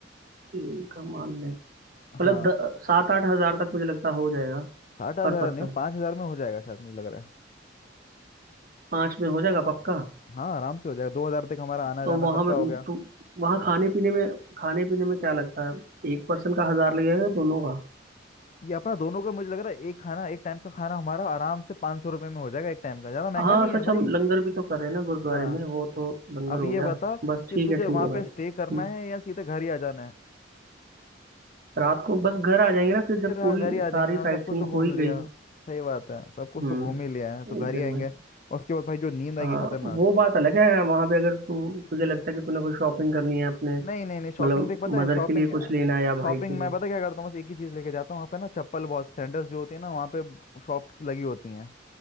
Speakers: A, on the right; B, on the left.
A: तेल का मान ले मतलब
B: हाँ
A: द- सात आठ हजार तक मुझे लगता हो जाएगा
B: साठ हजार
A: पर पर्सन
B: नहीं पाँच हजार में हो जाएगा शायद मुझे लग रहा है
A: पाँच में हो जाएगा पक्का
B: हाँ आराम से हो जाएगा दो हजार तक हमारा आना
A: तो
B: जाना
A: वहाँ
B: सबका
A: में
B: हो गया
A: तो वहाँ खाने पीने में खाने पीने में क्या लगता है एक पर्सन का हजार लगेगा या दोनों का
B: ये अपना दोनों का मुझे लग रहा है एक खाना एक टाइम का खाना हमारा आराम से 500 सौ रुपये में हो जाएगा एक टाइम का ज़्यादा महंगा
A: हाँ
B: नहीं है
A: सच
B: भाई
A: हम लंगर भी तो कर रहे हैं ना गुरुद्वारे
B: हाँ
A: में वो तो लंगर
B: अब
A: हो
B: ये
A: गया
B: बता कि
A: बस ठीक
B: तुझे
A: है ठीक
B: वहाँ
A: है भाई
B: पे स्टे करना
A: हम्म,
B: है या सीधे घर ही आ जाना है
A: रात को बस घर आ जाएंगे ना फिर जब
B: फिर हाँ
A: पूरी
B: घर ही आ
A: सारी
B: जाएंगे हाँ
A: साइट
B: सब कुछ
A: सीइंग
B: तो घूम
A: हो ही
B: लिया
A: गई
B: सही बात है सब कुछ
A: हम्म
B: तो घूम ही लिया है तो घर
A: एक दिन
B: ही आएंगे
A: में
B: और उसके बाद भाई जो नींद आएगी
A: हाँ
B: खतरनाक
A: वो बात अलग है वहां पे अगर तू तुझे लगता है कि तूने कोई शॉपिंग करनी है अपने
B: नहीं नहीं
A: मतलब
B: नहीं शॉपिंग देख पता
A: मदर
B: है शॉपिंग
A: के लिए
B: क्या
A: कुछ
B: है?
A: लेना है या
B: शॉपिंग
A: भाई के लिए
B: मैं पता क्या करता हूँ बस एक ही चीज़ लेके जाता हूँ वहाँ पे ना चप्पल बहुत सेंटर्स जो होती है ना वहाँ पे शॉप्स लगी होती हैं